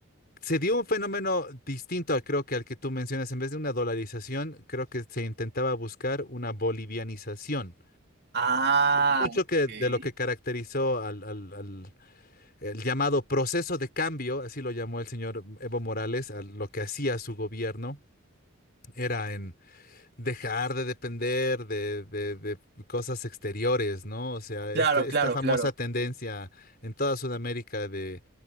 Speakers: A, on the left (about 45°); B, on the right (about 50°).
A: se dio un fenómeno distinto, al- creo que al que tú mencionas. En vez de una dolarización, creo que se intentaba buscar una bolivianización.
B: ah,
A: Mucho que
B: ok.
A: de lo que caracterizó al, al- al- el llamado proceso de cambio, así lo llamó el señor Evo Morales, a lo que hacía su gobierno, era en dejar de depender de, de- de cosas exteriores, ¿no? O sea,
B: Claro,
A: este-
B: claro,
A: esta famosa
B: claro.
A: tendencia en toda Sudamérica de,